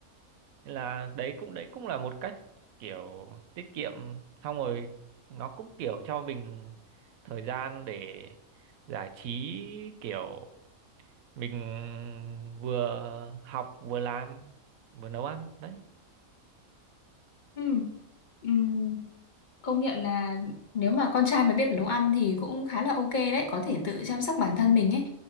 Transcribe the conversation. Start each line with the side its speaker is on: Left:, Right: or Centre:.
Right: Nên là đấy cũng đấy cũng là một cách kiểu tiết kiệm xong rồi nó cũng kiểu cho mình thời gian để giải trí kiểu mình vừa học vừa làm vừa nấu ăn đấy
Left: Ừ. Ừm, Công nhận là nếu mà con trai mà biết nấu ăn thì cũng khá là ok đấy, có thể tự chăm sóc bản thân mình ấy.